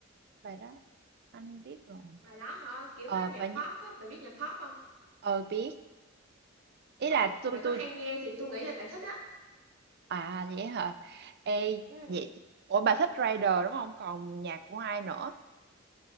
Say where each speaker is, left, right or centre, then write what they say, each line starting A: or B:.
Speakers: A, on the right; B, on the right.
A: bài đó anh biết rồi
B: Bài đó hả, kiểu
A: ờ
B: nó
A: bài
B: nhạc pop
A: nh-
B: á, bà biết nhạc pop không?
A: ờ biết ý
B: Ừ,
A: là tôi
B: bà
A: tôi
B: có hay nghe thì tôi nghĩ là bà thích á
A: à vậy hả Ê,
B: Ừ.
A: vậy ủa bà thích Rider đúng không còn nhạc của ai nữa